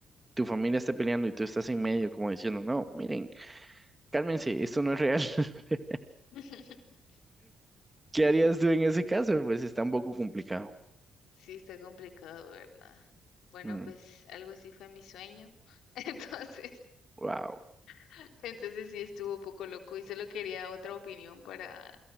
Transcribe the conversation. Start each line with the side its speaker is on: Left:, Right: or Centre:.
Right: tu familia está peleando y tú estás en medio como diciendo, no, miren, cálmense, esto no es real. <laughs>
Left: <laughs>
Right: ¿Qué harías tú en ese caso? Pues está un poco complicado.
Left: Sí, está complicado, ¿verdad? Bueno,
Right: Mm,
Left: pues algo así fue mi sueño. <laughs> Entonces,
Right: wow,
Left: <laughs> entonces sí estuvo un poco loco y solo quería otra opinión para,